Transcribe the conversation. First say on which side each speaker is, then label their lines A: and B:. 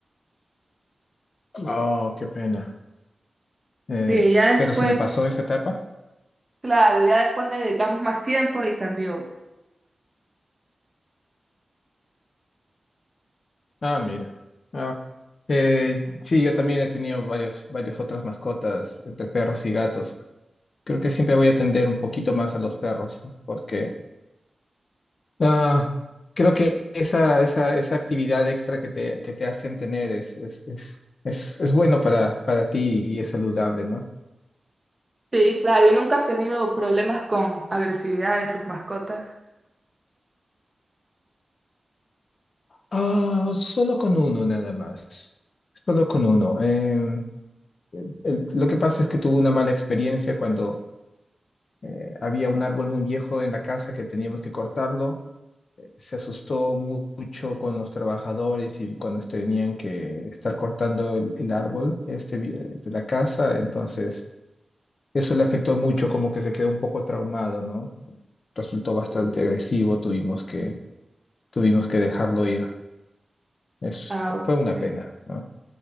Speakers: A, on the left (about 60°); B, on the right (about 25°).
A: Oh, qué pena. Eh,
B: Sí, ya
A: ¿pero
B: después
A: se le pasó esa etapa?
B: Claro, ya después le dedicamos más tiempo y cambió.
A: Ah, mira. Ah, eh, sí, yo también he tenido varios, varias otras mascotas entre perros y gatos. Creo que siempre voy a atender un poquito más a los perros porque Ah, creo que esa, esa, esa actividad extra que te, que te hacen tener es, es, es, es, es bueno para, para ti y es saludable, ¿no?
B: Sí, claro, ¿y nunca has tenido problemas con agresividad de tus mascotas?
A: Ah, solo con uno nada más. Solo con uno. Em, el- el- lo que pasa es que tuve una mala experiencia cuando eh, había un árbol muy viejo en la casa que teníamos que cortarlo. Eh, Se asustó mu- mucho con los trabajadores y cuando tenían que estar cortando el, el árbol este, vi- eh, de la casa. Entonces... Eso le afectó mucho, como que se quedó un poco traumado, ¿no? Resultó bastante agresivo, tuvimos que, tuvimos que dejarlo ir. Es,
B: Ah, ok.
A: fue una pena, ¿no?